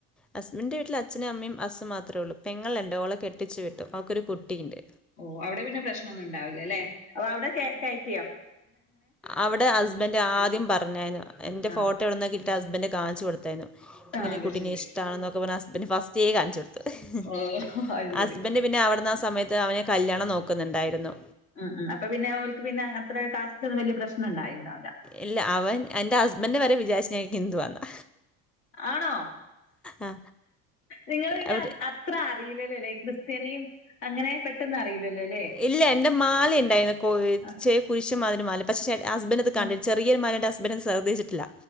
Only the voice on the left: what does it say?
ഓ അവിടെ പിന്നെ പ്രെശ്നം ഒന്നു ഉണ്ടാവില്ല ലേ അപ്പൊ അവ്ടെ ക കയ്റ്റിയോ
ആ
ആ അത്
ശരി
ഓ അത് ശരി
ഉം ഉം അപ്പൊ പിന്നെ ഓൽക്ക് പിന്നെ അത്ര കാസ്റ്റ് ഒന്നും വല്ല്യ പ്രശ്നം ണ്ടായിണ്ടാവ് ല
ആണോ
നിങ്ങള് പിന്നെ
ആ അത്ര അറിയില്ലല്ലോ ലേ ഈ ക്രിസ്ത്യാനിയും അങ്ങനെ പെട്ടെന്ന് അറിയില്ലല്ലോ ലേ
ആ,
ആ.